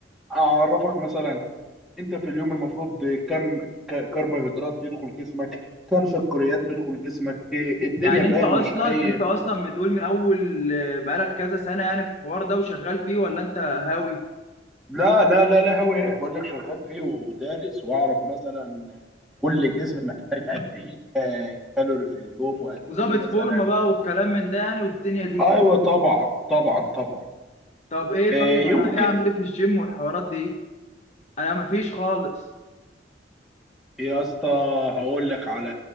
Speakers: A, in the centre; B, on the left (about 40°).
A: اعرفك مثلا انت في اليوم المفروض كم ك- كربوهيدرات يدخل جسمك كم سكريات تدخل جسمك إيه الدنيا
B: يعني
A: فاهم
B: انت اصلا
A: مش اي
B: انت اصلا بتقول من اول آه، بقالك كذا سنه يعني في الحوار ده وشغال فيه ولا انت هاوي
A: لا لا لا لا هو ايه بقول لك شغال فيه ودارس واعرف مثلا كل جسم محتاج قد ايه ك- كالوري في اليوم وقد
B: وظابط
A: ايه مثلا
B: فورمه بقى والكلام من ده يعني والدنيا دي
A: ايوه طبعا طبعا طبعا
B: طب ايه
A: آه
B: طيب
A: يمكن
B: انا ايه اعمل ايه في الجيم والحوارات دي انا مفيش خالص
A: يا اسطى هقول لك على